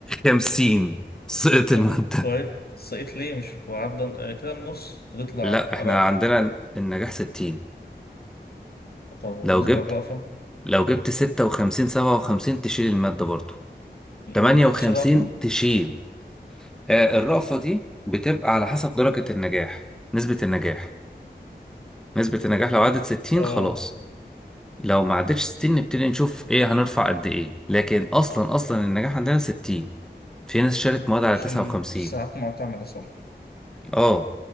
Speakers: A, in the centre; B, on the left.
A: 50 سقط
B: طب
A: المادة
B: كويس سقيت ليه مش وعدى آه، كده النص فتطلع
A: لا احنا
B: رأفة
A: عندنا النجاح 60
B: طب وبالنسبة
A: لو جبت
B: للرأفة
A: لو جبت 56 57 تشيل المادة برضو
B: يعني
A: 58
B: مفيش رأفة؟
A: تشيل آه، الرأفة دي بتبقى على حسب درجة النجاح نسبة النجاح نسبة النجاح لو عدت 60
B: اه
A: خلاص لو ما عدتش 60 نبتدي نشوف ايه هنرفع قد ايه لكن اصلا اصلا النجاح عندنا 60 في ناس شالت مواد على
B: عشان
A: 59
B: ساعات معتمدة صح؟
A: اه